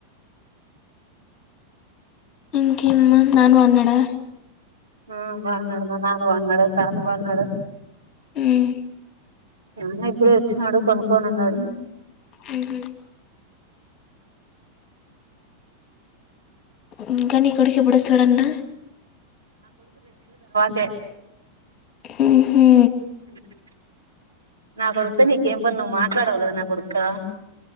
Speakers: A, on the left (about 30°); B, on the right (about 75°).
A: ఇంకేమ్మ నాన్న బోన్నాడా
B: హు బావున్నాడు మా నాన్న బావున్నాడు, తాత బావున్నాడు.
A: ఉమ్
B: అన్న ఇప్పుడే వచ్చినాడు పనుకొని ఉన్నాడు.
A: ఉహు మ్ ఇంకా నీ కొడుకు ఎప్పుడు వస్తాడు అంట?
B: పే
A: హుహు
B: అ నా కొడుతో నీకేం పని నువ్వు మాట్లాడవు కదా నా కొడుతో